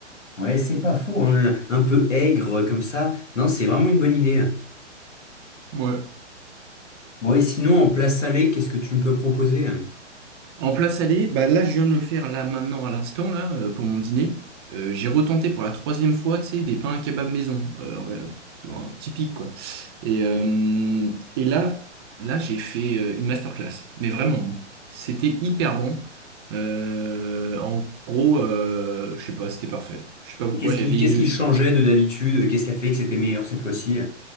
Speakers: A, on the left; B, on the right.
A: Ouais, c'est pas faux, hein, Un peu aigre comme ça. Non, c'est vraiment une bonne idée.
B: Ouais.
A: Bon, et sinon, en plat salé, qu'est-ce que tu me peux proposer?
B: En place aller, bah là, je viens de le faire là maintenant à l'instant là euh, pour mon dîner. Euh, j'ai retenté pour la troisième fois, tu sais, des pains à kebab maison, euh, ouais, euh, un typique quoi. Et, euh, et là, là, j'ai fait euh, une masterclass. Mais vraiment, hein. c'était hyper bon. Euh, en gros, euh, je sais pas, c'était parfait. Je sais pas pourquoi.
A: Et Qu'est-ce
B: J'avais
A: qui, qu'est-ce
B: une,
A: qui changeait de d'habitude? Qu'est-ce qui a fait que c'était meilleur cette fois-ci?